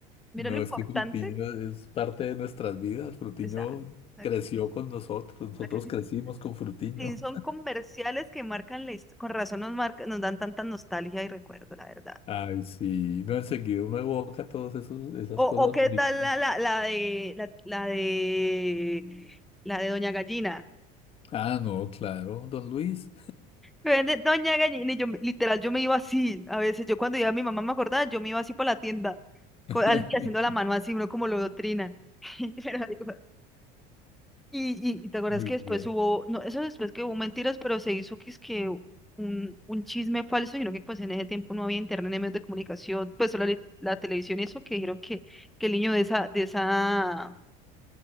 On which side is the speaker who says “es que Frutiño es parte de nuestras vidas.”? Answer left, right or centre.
Left